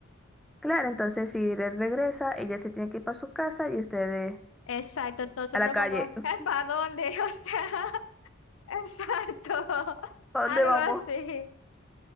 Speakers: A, in the centre; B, on the left.
A: Claro, entonces si él regresa, ella se tiene que ir para su casa y ustedes
B: Exacto, nosotros
A: a la calle.
B: como,
A: <laughs>
B: ¿para dónde? <laughs> O sea, exacto,
A: ¿A
B: algo
A: dónde vamos?
B: así.